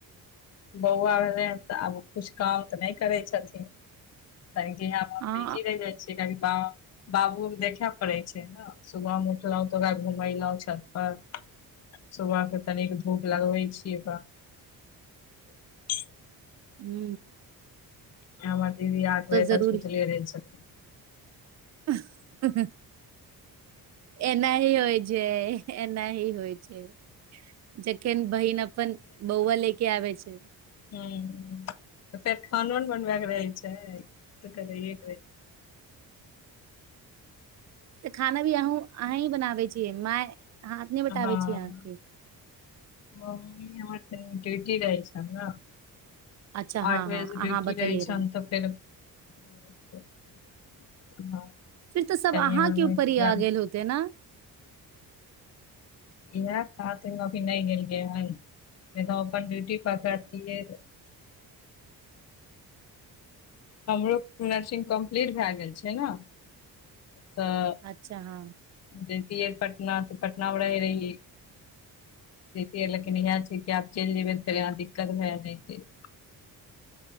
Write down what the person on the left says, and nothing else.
बौआ भेलै हन तऽ आब किछ काम तऽ नहि करै छथिन, तनि के यहाँ
बिजी रहि जाइ छियै, किया की बाबूओ के देखय पड़ै छै ने। सुबह मे उठलहु तऽ घुमेलहु छत पर। सुबह के तनिक धूप लगबै छीयै त। <inaudible>
और हमर दीदी आठ बजे
तक सुतले रहै छथिन।
हूॅं त फेर खानो ने बनबय के रहै छै। त तनि लेट भ
हँ,
मम्मी हमर तनी ड्यूटी रहइ छनि ने।
आठ
बजे
से
ड्यूटी
रहै छनि
तऽ, फेर हँ <unintelligible>
तनी
हमर भैतिजा
इहे कातिक मे नहि गेलियै हन। फेर नब में अपन डयूटी पकरतियै। हमरो नर्सिंग कम्प्लीट भए गेल छै ने। तऽ
जैतियै पटना, तऽ पटनामे रहैत रहियै। जैतियै, लेकिन इएह छै कि आब चलि जयबै तऽ, फेर इहाँ दिक्कत भए जयतैक।